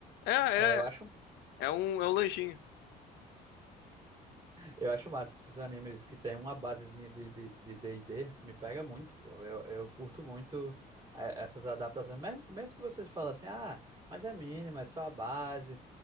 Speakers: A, on the left; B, on the right.
A: É, é,
B: É, eu acho,
A: é um, é um lanchinho.
B: Eu acho massa esses animes que tem uma basezinha de D&D, de, de D&D, me pega muito, pô. Eu, eu curto muito eh, essas adaptações. Mes- Mesmo que você fala assim, ah, mas é mínimo, é só a base.